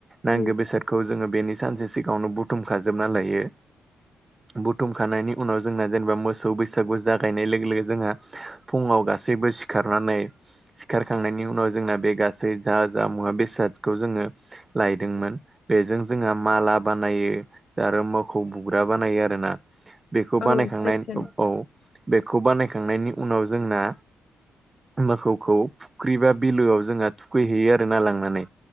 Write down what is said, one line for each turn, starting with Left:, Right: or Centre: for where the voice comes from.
Left: औ
Right: नांगो बेसादखौ जोङो बेनि सानसे सिगाङावनो बुथुमखाजोबना लायो बुथुमखांनायनि उनाव जोंहा जेनेबा मोसौ बैसागु जागायनाय लोगो लोगो जोंहा फुङाव गासैबो सिखारनानै सिखारखांनायनि उनाव जोंना बे गासै जा जा मुवा बेसादखौ जोङो लायदोंमोन बेजों जोंहा माला बानायो जा आरो मोखौ बु ग्रा बानायो आरोना बेखौ
Left: औ
Right: बानायखांनाय
Left: सैथो नों-
Right: औ बेखौ बानायखांनायनि उनाव जोंना मोखौखौ फुख्रि बा बिलोआव जोंहा थुखैहैयो आरोना लांनानै